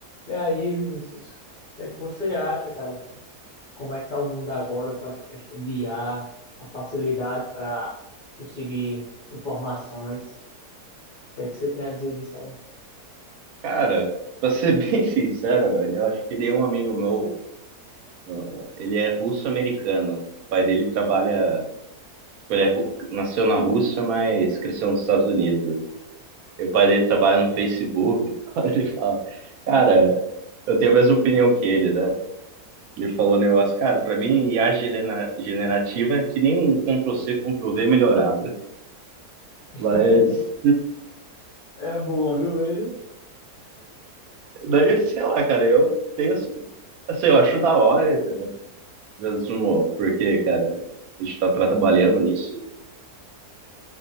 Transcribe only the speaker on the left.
E aí, Vinícius, o que é que você acha, cara? Como é que tá o mundo agora com essa questão de IA, a a facilidade para conseguir informações? O que é que você tem a dizer disso
aí?
<laughs> É boa, viu mesmo?